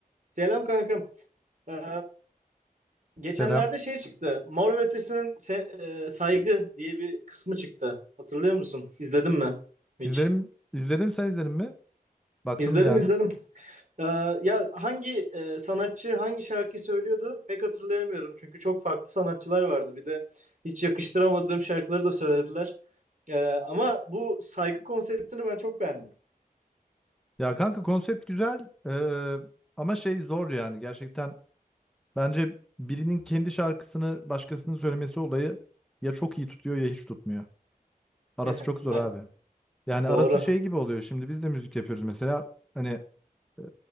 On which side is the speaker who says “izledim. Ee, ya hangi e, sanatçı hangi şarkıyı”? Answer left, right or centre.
Right